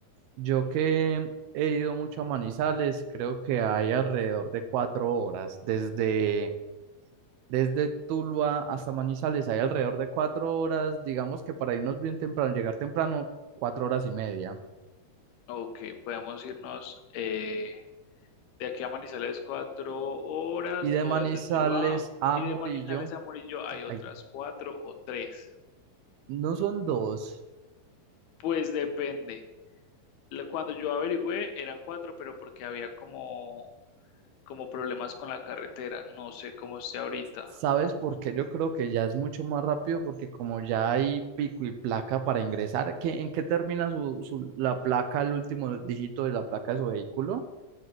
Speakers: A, on the right; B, on the left.
A: Yo que he ido mucho a Manizales, creo que hay alrededor de cuatro horas. Desde, desde Tuluá hasta Manizales hay alrededor de cuatro horas, digamos que para irnos bien temprano, llegar temprano, cuatro horas y media.
B: Ok, podemos irnos eh, de aquí a Manizales cuatro horas
A: Y de
B: o
A: Manizales
B: desde Tuluá
A: a
B: y
A: Murillo,
B: de Manizales a Murillo hay otras
A: ay,
B: cuatro o tres.
A: no son dos.
B: Pues depende. Lo- Cuando yo averigüé eran cuatro, pero porque había como como problemas con la carretera. No sé cómo esté ahorita.
A: ¿Sabes por qué? Yo creo que ya es mucho más rápido porque como ya hay pico y placa para ingresar, ¿qué, en qué termina su, su- la placa, el último dígito de la placa de su vehículo?